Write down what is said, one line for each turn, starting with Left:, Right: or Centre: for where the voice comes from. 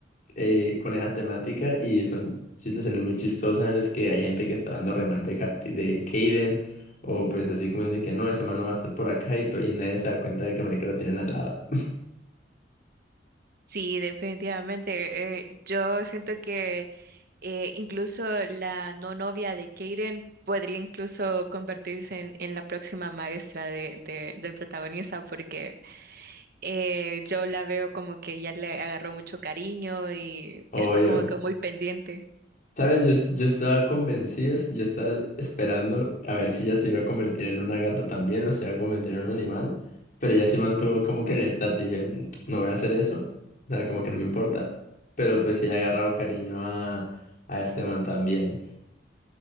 Left: eh, con esa temática y son situaciones muy chistosas en las que hay gente que está dando remal de, Carti- de Kaiden o pues así como de que no, ese man no va a estar por acá y, to- y nadie se da cuenta de que marica lo tienen al lado.
Right: Sí, definitivamente. eh, yo siento que eh, incluso la no novia de Kaden podría incluso convertirse en, en la próxima maestra de, de- del protagonista porque eh, yo la veo como que ya le agarró mucho cariño y
Left: <laughs> Obvio.
Right: está como que muy pendiente.
Left: Sabes, yo, yo estaba convencido, yo estaba esperando a ver si ella se iba a convertir en una gata también o se iba a convertir en un animal, pero ella sí mantuvo como que el estatus, dije, "Mm, no voy a hacer eso, o sea, como que no me importa, pero pues sí le ha agarrado cariño a, a este man también.